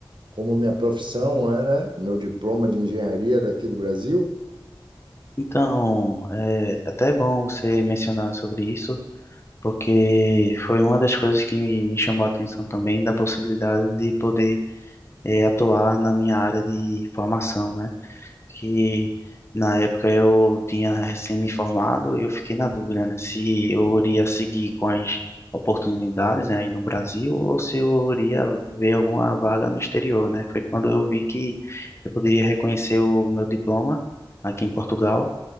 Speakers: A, on the right; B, on the left.
A: como minha profissão era meu diploma de engenharia daqui do Brasil?
B: Então, é até bom você mencionar sobre isso, porque foi uma das coisas que me chamou a atenção também da possibilidade de poder é, atuar na minha área de formação, né? Que na época eu tinha recém me formado e eu fiquei na dúvida, né? Se eu iria seguir com as oportunidades, né, aí no Brasil ou se eu iria ver alguma vaga no exterior, né? Foi quando eu vi que eu poderia reconhecer o meu diploma aqui em Portugal